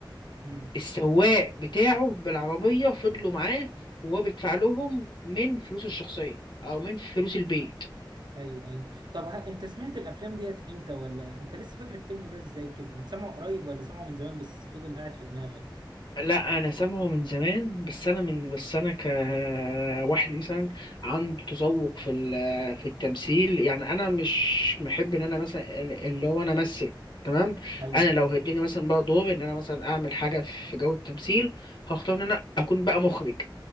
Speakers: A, on the right (about 60°); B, on the left (about 65°).
A: امم
B: السواق بتاعه بالعربية فضلوا معاه وهو بيدفع لهم من فلوسه الشخصية أو من فلوس البيت
A: ايوه ايوه طب ها انت سمعت الافلام ديت امتى ولا انت لسه فاكر الفيلم ده ازاي كده انت سامعه قريب ولا سامعه من زمان بس فضل قاعد في دماغك
B: لا أنا سامعه من زمان بس أنا من بس أنا كواحد مثلا عنده تذوق في ال- في التمثيل يعني أنا مش محب إن أنا مثلا اللي هو أنا أمثل تمام
A: ايوه
B: أنا لو هديني مثلا بقى دور إن أنا مثلا أعمل حاجة في جو التمثيل هختار إن أنا أكون بقى مخرج